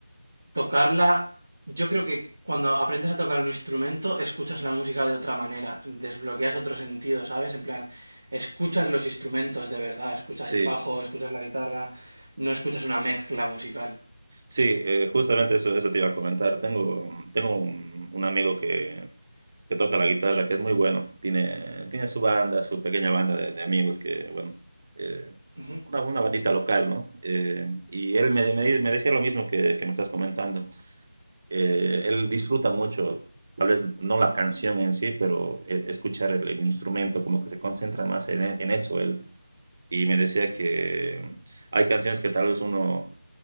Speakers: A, on the right; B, on the right.
A: tocarla, yo creo que cuando aprendes a tocar un instrumento, escuchas la música de otra manera, desbloqueas otro sentido, ¿sabes? En plan, escuchas los instrumentos de verdad, escuchas
B: Sí,
A: el bajo, escuchas la guitarra, no escuchas una mezcla musical.
B: Sí, eh, justamente eso, eso te iba a comentar. Tengo, tengo un, un amigo que, que toca la guitarra, que es muy bueno. Tiene, tiene su banda, su pequeña banda de, de amigos, que, bueno, eh,
A: Ujú.
B: una, una bandita local, ¿no? Eh, y él me, me, di- me decía lo mismo que, que me estás comentando. Eh, él disfruta mucho, tal vez no la canción en sí, pero e- escuchar el, el instrumento, como que se concentra más en, e- en eso él. Y me decía que hay canciones que tal vez uno